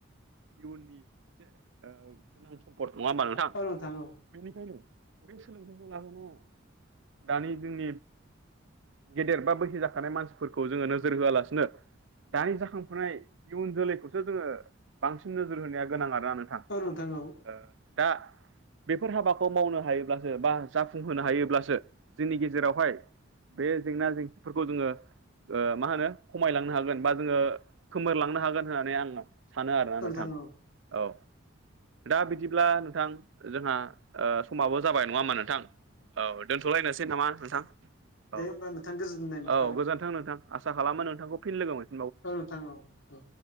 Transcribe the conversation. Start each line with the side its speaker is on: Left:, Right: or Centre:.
Right: इयुनि मोनसे ओ गोनांथि सम्पट नङा होनबा नोंथां
Left: औ औ
Right: बेनिखायनो बे सोलोंथाइखौ लाहोनाया दानि जोंनि गेदेर बा बैसो जाखानाय मानसिफोर खौ जोङो नोजोर होआलासिनो दानि जाखांफुनाय इयुन जोलैखौसो जोङो बांसिन नोजोर होनाया गोनां आरोना नोंथां।
Left: औ नोंथां औ
Right: ओ दा बेफोर हाबाखौ मावनो हायोब्लासो बा जाफुंहोनो हायोब्लासो जोंनि गेजेरावहाय बे जेंना जेंसिफोरखौ जोङो ओ मा होनो खमायलांनो हागोन बा जोङो खोमोरलांनो हागोन होननानै आं सानो आरोना
Left: औ
Right: नोंथां
Left: औ
Right: औ दा बिदिब्ला नोंथां जोंहा ओ समाबो जाबाय नङा होनबा नोंथां औ दोन्थ'लायनोसै नामा नोंथां।
Left: दे
Right: औ
Left: होनबा नोंथां गोजोनदों
Right: औ गोजोन्थों नोंथां आसा खालामो नोंथांखौ फिन लोगो मोन
Left: औ नोंथां औ दे